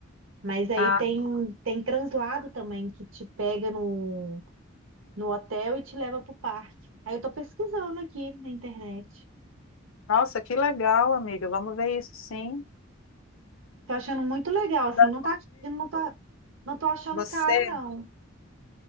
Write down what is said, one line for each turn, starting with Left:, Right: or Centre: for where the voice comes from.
Right: Mas aí
Left: Ah,
Right: tem, tem translado também, que te pega no, no hotel e te leva pro parque. Aí eu tô pesquisando aqui na internet.
Left: nossa, que legal, amiga. Vamos ver isso, sim.
Right: Tô achando muito legal, assim,
Left: Pra
Right: não tá, não tá, não tô achando
Left: Você,
Right: caro, não.